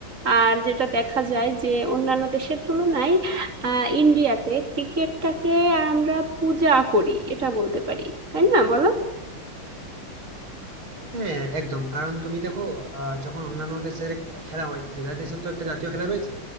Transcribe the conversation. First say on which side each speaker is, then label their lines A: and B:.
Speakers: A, on the right; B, on the right.
A: আর যেটা দেখা যায় যে অন্যান্য দেশের তুলনায় আহ ইন্ডিয়াতে ক্রিকেটটাকে আমরা পূজা করি এটা বলতে পারি তাই না বলো
B: হ্যাঁ একদম কারণ তুমি দেখো আহ, যখন অন্যান্য দেশের খেলা হয় যে যার দেশের তো একটা জাতীয় খেলা রয়েছে